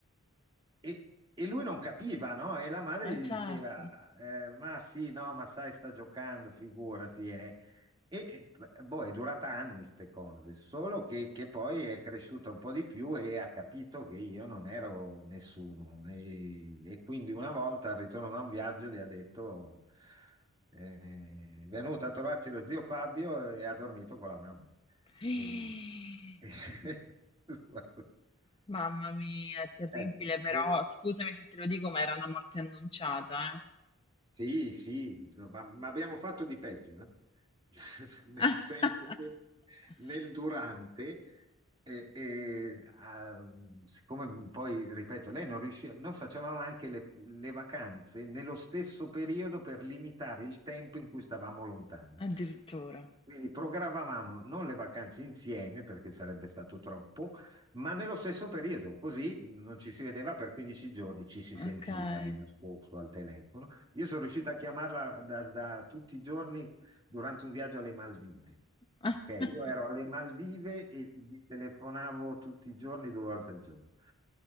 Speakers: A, on the right; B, on the left.
A: E, e lui non capiva, no? E la madre
B: Eh
A: gli
B: certo.
A: diceva, eh, ma sì, no, ma sai, sta giocando, figurati. eh." E, e, boh, è durata anni queste cose, solo che, che poi è cresciuta un po' di più e ha capito che io non ero nessuno. E, e quindi una volta al ritorno da un viaggio gli ha detto, eh, è venuto a trovarci lo zio Fabio e ha dormito con la mamma.
B: <gasps>
A: E- <laughs>
B: Mamma mia, è terribile
A: Eh,
B: però
A: de-
B: scusami se te lo dico, ma era una morte annunciata, eh.
A: Sì, sì, no, ma, ma abbiamo fatto di peggio, eh. <laughs> Nel
B: <laughs>
A: senso che nel durante, eh, eh, ah, siccome poi, ripeto, lei non riusciva, noi facevamo anche le, le vacanze nello stesso periodo per limitare il tempo in cui stavamo lontani.
B: Addirittura.
A: Quindi programmavamo non le vacanze insieme perché sarebbe stato troppo, ma nello stesso periodo, così non ci si vedeva per 15 giorni, ci si sentiva
B: Okay.
A: di nascosto al telefono. Io sono riuscito a chiamarla da, da tutti i giorni durante un viaggio alle Maldive.
B: <laughs>
A: Ok, io ero alle Maldive e gli telefonavo tutti i giorni, due volte al giorno.